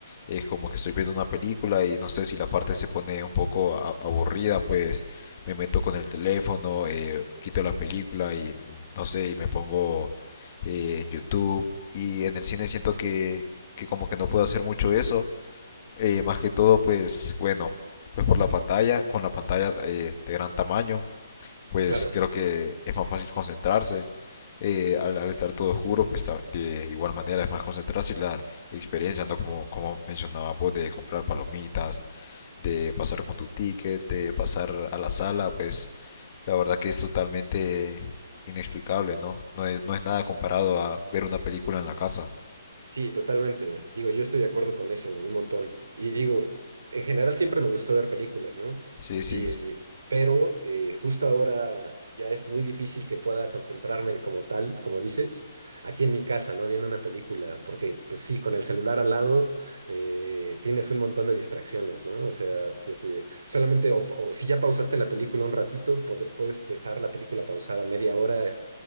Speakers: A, on the left; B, on the right.
A: es como que estoy viendo una película y no sé si la parte se pone un poco a- aburrida, pues me meto con el teléfono, eh, quito la película y no sé, y me pongo eh, en YouTube y en el cine siento que, que como que no puedo hacer mucho eso eh, más que todo, pues bueno, pues por la pantalla, con la pantalla eh, de gran tamaño, pues
B: claro.
A: creo que es más fácil concentrarse. Eh, al, al estar todo oscuro, pues ta- de igual manera es más concentrarse y la experiencia, ¿no? Como, como mencionaba vos, de comprar palomitas, de pasar con tu ticket, de pasar a la sala, pues la verdad que es totalmente inexplicable, ¿no? No es, no es nada comparado a ver una película en la casa.
B: Sí, totalmente. Digo, yo estoy de acuerdo con eso, un montón. Y digo, en general siempre me gustó ver películas, ¿no?
A: Sí, sí,
B: Y, eh, pero eh, justo ahora ya es muy difícil que pueda concentrarme como tal, como dices, aquí en mi casa, ¿no? Viendo una película, porque pues sí, con el celular al lado eh, tienes un montón de distracciones, ¿no? O sea, desde solamente, o, o si ya pausaste la película un ratito, pode- puedes dejar la película pausada media hora